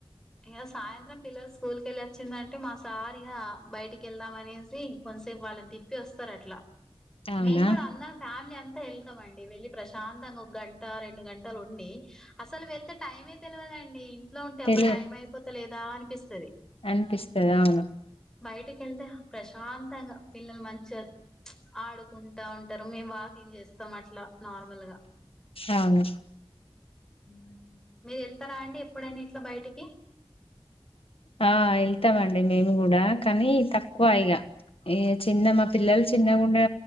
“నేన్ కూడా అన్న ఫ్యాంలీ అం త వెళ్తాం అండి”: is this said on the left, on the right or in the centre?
Centre